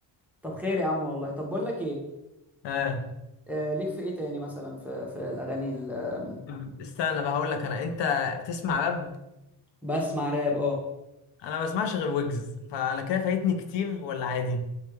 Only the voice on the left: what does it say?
اه
طب استنى بقى هقول لك انا انت بتسمع راب
انا ما بسمعش غير ويجز فانا كده فايتني كتير ولا عادي